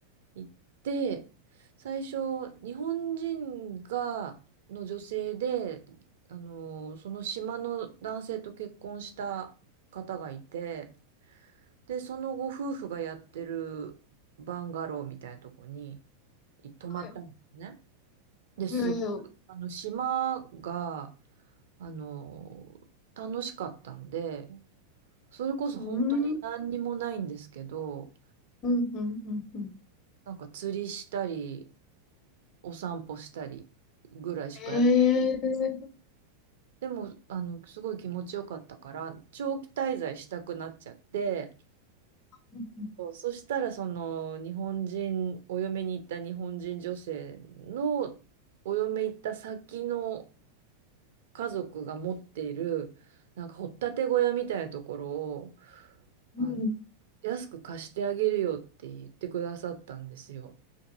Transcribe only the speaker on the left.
ーい。
えー、
うん、うん、うん、うん、うん。
ええ
うん
うんうん